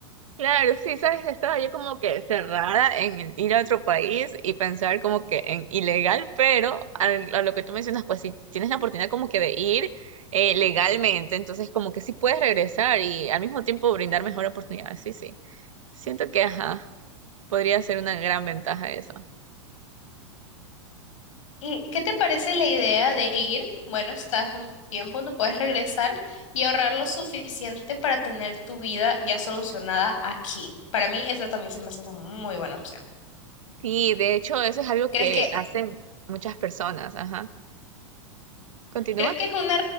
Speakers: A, on the right; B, on the left.
A: Claro, sí, sabes, estaba yo como que cerrada en el ir a otro país y pensar como que en ilegal, pero al- a lo que tú mencionas, pues si tienes la oportunidad como que de ir eh, legalmente, entonces como que sí puedes regresar y al mismo tiempo brindar mejor oportunidad, sí, sí. Siento que, ajá, podría ser una gran ventaja eso.
B: ¿Y qué te parece la idea de ir? Bueno, estás un tiempo, no puedes regresar y ahorrar lo suficiente para tener tu vida ya solucionada aquí. Para mí, esa también se me hace una muy buena opción.
A: Sí, de hecho, eso es algo
B: ¿Crees
A: que
B: que
A: hacen muchas personas, ajá. Continúa.
B: ¿Crees que es una,